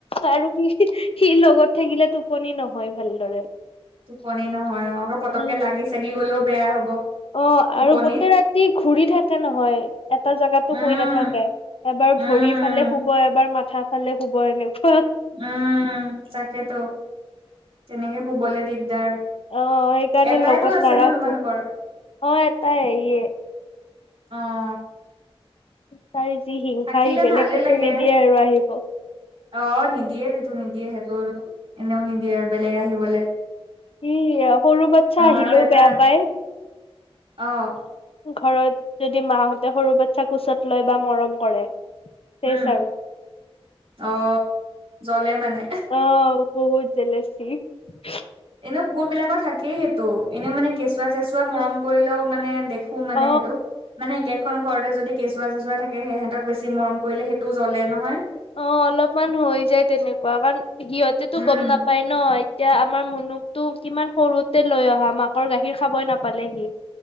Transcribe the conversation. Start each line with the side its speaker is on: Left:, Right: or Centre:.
Left: আৰু সি, সি লগত থাকিলে টোপনি নহয়, ভালদৰে।
Right: টোপনি নহয়। আকৌ, পতককে
Left: উম
Right: লাগি- চাগি গলেও বেয়া হ'ব।
Left: অ'!
Right: টোপনিত
Left: আৰু গোটেই ৰাতি ঘূৰি থাকে নহয়, এটা জেগাতো
Right: উম
Left: শুই নাথাকে। এবাৰ
Right: উম
Left: ভৰি ফালে শুব এবাৰ মাথা ফালে শুব এনেকুৱা।
Right: উম তাকেতো। তেনেকে শুবলে দিগদাৰ
Left: অ সেইকাৰণে
Right: এটাইতো
Left: লগত
Right: আছে
Left: নাৰাখো
Right: ন তোমালোকৰ।
Left: অ এটাই ইয়ে।
Right: অ'!
Left: তাই যি হিংসা!
Right: থাকিলে
Left: সি বেলেগ
Right: ভালে
Left: কুকুৰ
Right: লাগে
Left: নিদিয়ে আৰু আহিব।
Right: অ'! নিদিয়ে, সেইটো নিদিয়ে। সেইটো এনেও নিদিয়ে আৰু বেলেগ আহিবলে।
Left: <unintelligible> সৰু বাচ্ছা
Right: আমাৰো
Left: আহিলেও
Right: এটা
Left: বেয়া পায়।
Right: অ'!
Left: ঘৰত যদি মাহঁতে, সৰু বাচ্ছা কোঁচত লয় বা মৰম কৰে। চেছ
Right: উম
Left: আৰু।
Right: অ জ্বলে মানে
Left: অ'! বহুত জেলাছি!
Right: এনেও, কুকুৰবিলাকৰ থাকেই সেইটো। এনেও মানে, কেঁচুৱা-চেচুৱা মৰম কৰিলেও মানে, দেখ কোন মানে,
Left: অ'।
Right: সেইটো? মানে, <unintelligible> এখন ঘৰতে যদি, কেঁচুৱা- চেচুৱা থাকে, সিহঁতক বেছি মৰম কৰিলে, সেইটো জ্বলে নহয়!
Left: অ'! অলপমান হৈ যায় তেনেকুৱা। কাৰণ, সিহঁতেতো
Right: উম
Left: গম নাপায় ন'। এতিয়া, আমাৰ মুনুটো, কিমান সৰুতে লৈ অহা, মাকৰ গাখীৰ খাবই নাপালে, সি।